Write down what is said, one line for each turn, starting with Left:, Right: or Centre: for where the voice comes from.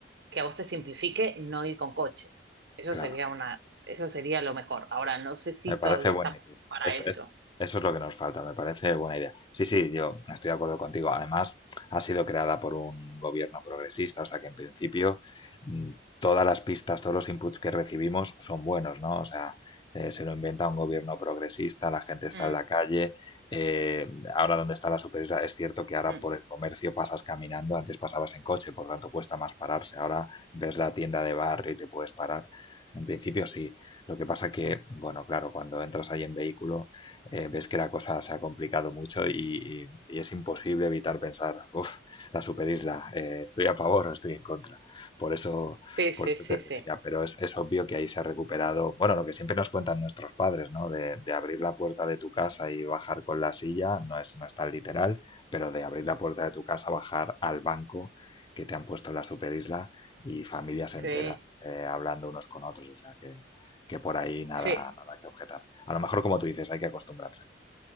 Right: que a vos te simplifique no ir con coche. Eso
Left: Claro.
Right: sería una, eso sería lo mejor. Ahora, no sé si
Left: Me parece
Right: todavía
Left: buena
Right: estamos
Left: idea.
Right: para
Left: Eso
Right: eso.
Left: es, eso es lo que nos falta, me parece buena idea. Sí, sí, yo estoy de acuerdo contigo. Además, ha sido creada por un gobierno progresista, o sea que en principio mm, todas las pistas, todos los inputs que recibimos son buenos, ¿no? O sea, eh, se lo inventa un gobierno progresista, la gente está
Right: Mm,
Left: en la calle. eh, ahora donde está la superioridad, es cierto que ahora
Right: mm.
Left: por el comercio pasas caminando, antes pasabas en coche, por tanto cuesta más pararse. Ahora ves la tienda de barrio y te puedes parar. En principio sí. Lo que pasa que, bueno, claro, cuando entras ahí en vehículo, eh, ves que la cosa se ha complicado mucho y, y- y es imposible evitar pensar, uff, la superisla, eh, estoy a favor o estoy en contra. Por eso,
Right: Sí, sí,
Left: por eso
Right: sí,
Left: te
Right: sí.
Left: decía, pero es, es obvio que ahí se ha recuperado, bueno, lo que siempre nos cuentan nuestros padres, ¿no? De, de abrir la puerta de tu casa y bajar con la silla, no es, no es tan literal, pero de abrir la puerta de tu casa, bajar al banco que te han puesto en la superisla y familias enteras
Right: Sí,
Left: eh, hablando unos con otros. O sea que que por ahí nada,
Right: sí.
Left: nada que objetar. A lo mejor, como tú dices, hay que acostumbrarse.